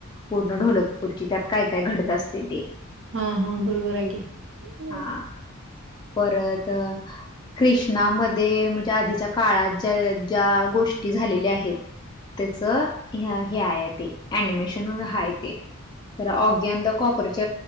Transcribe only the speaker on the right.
हा हा बरोबर आहे की हम्म